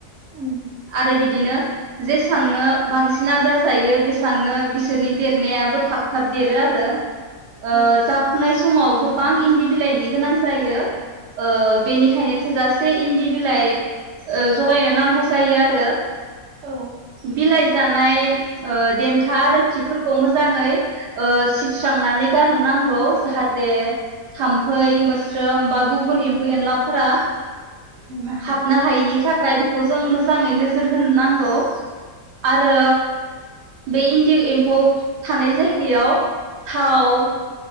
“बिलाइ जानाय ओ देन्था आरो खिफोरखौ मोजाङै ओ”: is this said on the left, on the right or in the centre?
Right